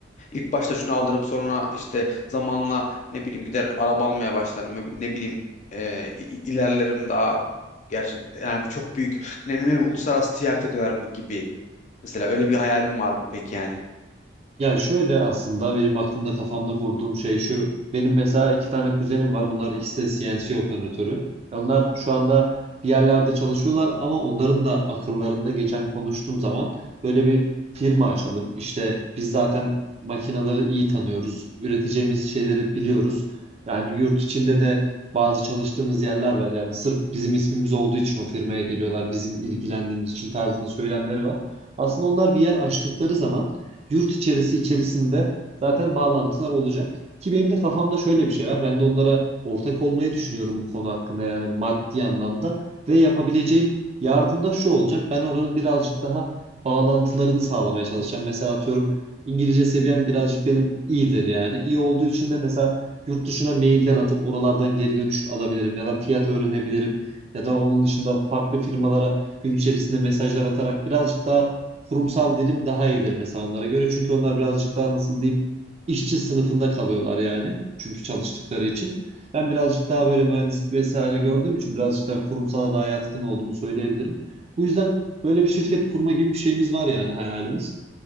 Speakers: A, on the left; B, on the right.
A: İlk başta şunu alırım sonra işte zamanla ne bileyim gider araba almaya başlarım ne bileyim e, i- i- ilerlerim daha gerçi yani bir çok büyük ne, ne, ne- uluslararası ticarete döner bu gibi. Mesela öyle bir hayalim var mı peki yani?
B: Yani şöyle aslında benim aklımda kafamda kurduğum şey şu. Benim mesela iki tane kuzenim var. Bunlar ikisi de CNC operatörü. Ya Onlar şu anda bir yerlerde çalışıyorlar ama onların da akıllarında geçen konuştuğum zaman böyle bir firma açalım. İşte biz zaten makineleri iyi tanıyoruz. Üreteceğimiz şeyleri biliyoruz. Yani yurt içinde de bazı çalıştığımız yerler var. Yani sırf bizim ismimiz olduğu için o firmaya geliyorlar. Bizim ilgilendiğimiz için tarzında söylemleri var. Aslında onlar bir yer açtıkları zaman Yurt içerisi içerisinde zaten bağlantılar olacak. Ki benim de kafamda şöyle bir şey var. Ben de onlara ortak olmayı düşünüyorum bu konu hakkında yani maddi anlamda. Ve yapabileceğim yardım da şu olacak. Ben oranın birazcık daha bağlantılarını sağlamaya çalışacağım. Mesela atıyorum İngilizce seviyem birazcık benim iyidir yani. İyi olduğu için de mesela yurt dışına mailler atıp oralardan geri dönüş alabilirim ya da fiyat öğrenebilirim ya da onun dışında farklı firmalara gün içerisinde mesajlar atarak birazcık daha kurumsal dilim daha iyidir mesela onlara göre. Çünkü onlar birazcık daha nasıl diyeyim işçi sınıfında kalıyorlar yani. Çünkü çalıştıkları için. Ben birazcık daha böyle mühendislik vesaire gördüğüm için birazcık daha kurumsala daha yatkın olduğumu söyleyebilirim. Bu yüzden böyle bir şirket kurma gibi bir şeyimiz var yani hayalimiz.